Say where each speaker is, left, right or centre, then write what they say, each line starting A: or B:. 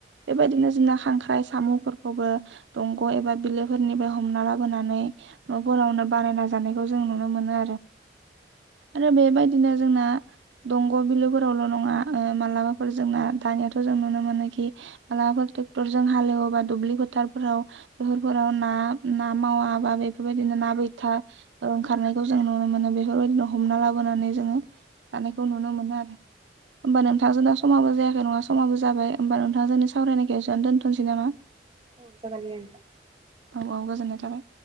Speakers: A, on the right (about 80°); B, on the right (about 30°).
A: बेबायदिनो जोंना खां खाय साम'फोरखौबो दंग' एबा बिलोफोरनिफ्राय हमना लाबोनानै न'फोरावनो बानायना जानायखौ जों नुनो मोनो आरो। आरो बेबायदिनो जोंना दंग' बिलोफोरावल' नङा ओ मालाबाफोर जोंना दानियाथ' जों नुनो मोनोखि मालाबाफोर ट्रेक्टर जों हालेव एवब्ला दुब्लि फोथारफोराव बेफोराव ना ना मावाबा बेफोरबायदिनो ना बैथा ओंखारनायखौ जों नुनो मोनो बेफोरबायदिनो हमना लाबोनानै जोंङो जानायखौ नुनो मोनो आरो। होमबा नोंथां जोंना समाबो जायाखै नङा समाबो जाबाय होमबा नोंथां जोंनि सावरायनायखौ एसेयावनो दोन थ नोसै नामा।
B: औ जागोन दे नोंथां
A: औ औ गोजोननाय थाबाय